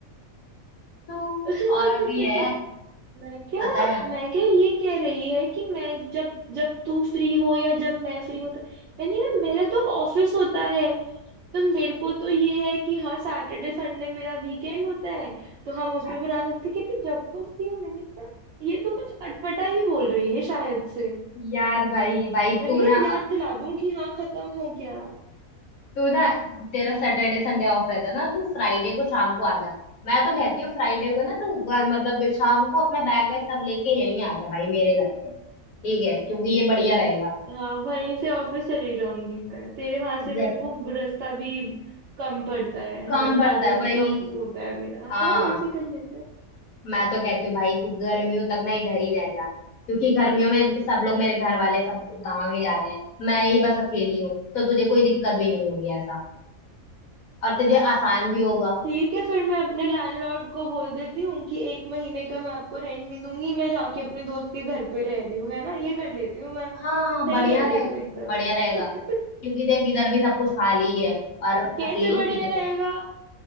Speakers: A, on the left; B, on the right.
A: तो
B: <laughs>
A: और भी है
B: मैं क्या
A: पता है
B: मैं क्या ये कह रही है कि मैं जब जब तू फ्री हो या जब मैं फ्री हूँ तो मैंने यार मेरा तो ऑफिस होता है तो मेरे को तो ये है कि हाँ सैटरडे संडे मेरा वीकेंड होता है तो हम उसमें
A: मैं-
B: बना सकते हैं। कह रही जब तुम फ्री हो मैंने कहा ये तो कुछ अटपटा ही बोल रही है शायद से
A: यार भाई भाई
B: मैंने
A: तू
B: कहा
A: ना
B: याद
A: अब
B: दिला दूं कि हाँ खत्म हो गया
A: तू ना तेरा सैटरडे संडे ऑफ रहता है ना तू फ्राइडे को शाम को आ जा मैं तो कहती हूँ फ्राइडे को ना तू ब- मतलब शाम को अपना बैग वैग सब लेके यहीं आ जा भाई मेरे घर पे ठीक है क्योंकि ये बढ़िया रहेगा
B: हाँ वहीं से ऑफिस चली जाऊंगी मैं तेरे वहां
A: Exactly.
B: से मेरे को रास्ता भी कम पड़ता है
A: कम
B: हाँ ट्रैवल
A: पड़ता है
B: भी
A: वही
B: कम होता है मेरा
A: हाँ
B: हाँ ऐसे कर लेते हैं
A: मैं तो कहती हूँ भाई तू गर्मियों तक ना इधर ही रह जा क्योंकि गर्मियों में सब लोग मेरे घर वाले सब गाँव ही जा रहे हैं मैं ही बस अकेली हूँ तो तुझे कोई दिक्कत भी नहीं होगी ऐसा और तुझे आसान भी होगा
B: ठीक है फिर मैं अपने लैंडलॉर्ड को बोल देती हूँ कि एक महीने का मैं आपको रेंट नहीं दूंगी मैं जाके अपने दोस्त के घर पे रह रही हूँ है ना ये कर लेती हूँ मैं
A: हाँ
B: सही
A: बढ़िया
B: कह रही
A: रहेगा
B: है तू एकदम
A: बढ़िया रहेगा
B: <laughs>
A: क्योंकि देख इधर भी सब कुछ खाली है और
B: कैसे
A: अकेले
B: बढ़िया
A: तुझे
B: रहेगा
A: तो